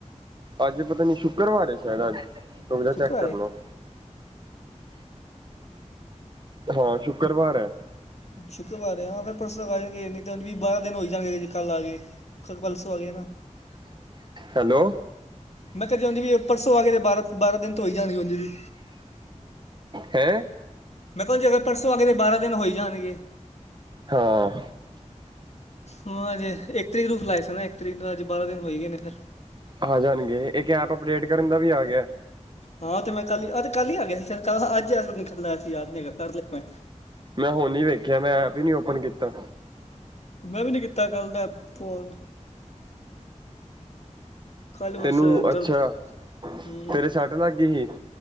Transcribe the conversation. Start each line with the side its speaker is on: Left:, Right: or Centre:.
Right: ਅੱਜ ਪਤਾ ਨੀ ਸ਼ੁੱਕਰਵਾਰ ਸ਼ਾਇਦ ਅੱਜ ਫੋਨ ਚੈਕ
Left: ਸ਼ੁੱਕਰਵਾਰ
Right: ਕਰ
Left: ਹੈ
Right: ਲਓ ਹਾਂ। ਸ਼ੁੱਕਰਵਾਰ ਹੈ
Left: ਸ਼ੁੱਕਰਵਾਰ ਆਂ ਫਿਰ ਪਰਸੋਂ ਆ ਜਾਣਗੇ ਜਦ ਬਾਰਾਂ ਦਿਨ ਹੋ ਹੀ ਜਾਣਗੇ ਜੀ ਕੱਲ ਆ ਗਏ ਕਲ ਪਰਸੋ ਆ ਗਏ ਨਾ
Right: ਹੈਲੋ
Left: ਮੈਂ ਕਦੇ ਵੀ ਪਰਸੋਂ ਆਗੇ ਤੇ ਬਾਰਾਂ-ਬਾਰਾਂ ਦਿਨ ਤੋਂ ਹੋ ਹੀ ਜਾਣਗੇ ਦੀ ਵੀ
Right: ਹੈਂ
Left: ਮੈਂ ਕਿਹਾ ਜੇ ਅਗਰ ਪਰਸੋਂ ਆਗੇ ਤੇ ਬਾਰਾਂ ਦਿਨ ਹੋਈ ਜਾਣਗੇ
Right: ਹਾਂ
Left: ਹਾਂ। ਅਜ ਇੱਕ ਤਰੀਕ ਨੂੰ ਫਲਾਈ ਸਕਦਾ ਇੱਕ ਤਰੀਕ ਨੂੰ ਅੱਜ ਬਾਰਾਂ ਦਿਨ ਹੋ ਹੀ ਗਏ ਨੇ ਫਿਰ
Right: ਆ ਜਾਣਗੇ ਇੱਕ ਐਪ ਅਪਡੇਟ ਕਰਨ ਦਾ ਵੀ ਆ ਗਿਆ
Left: ਹਾਂ। ਤੇ ਮੈਂ ਕਲ ਅਜ ਤੇ ਕੱਲ ਹੀ ਆ ਗਿਆ ਸੀ ਸਾ਼ਈਦ ਕਲ ਹਾਂ ਅੱਜਕਲ ਯਾਦ ਨੀ ਹੈਗਾ ਕਰ ਲਿਆ ਮੈਂ
Right: ਮੈਂ ਹੁਣ ਨੀ ਵੇਖਿਆ ਮੈਂ ਐਪ ਹੀ ਨੀ ਓਪਨ ਕੀਤਾ
Left: ਮੈਂ ਵੀ ਨਹੀਂ ਕੀਤਾ ਕੱਲ ਦਾ ਫੋਨ। ਕੱਲ ਬਸ
Right: ਤੈਨੂੰ
Left: ਦਰਦ
Right: ਅੱਛਾ
Left: ਹੂੰ
Right: ਤੇਰੇ ਸੱਟ ਲੱਗ ਗਈ ਸੀ।